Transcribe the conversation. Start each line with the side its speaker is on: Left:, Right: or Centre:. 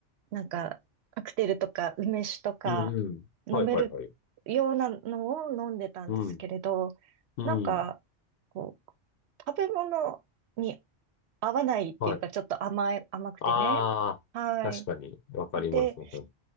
Right: なんか、カクテルとか梅酒とか
Left: うんうん。
Right: 飲めるようなのを飲んでたんですけれど、
Left: はいはいはい。うん、うん。
Right: なんか、こう、食べ物に合わないっていうか、
Left: はい。
Right: ちょっと甘い、甘くてね。
Left: ああ、
Right: はい。
Left: 確かに、わかります。
Right: で、
Left: わかる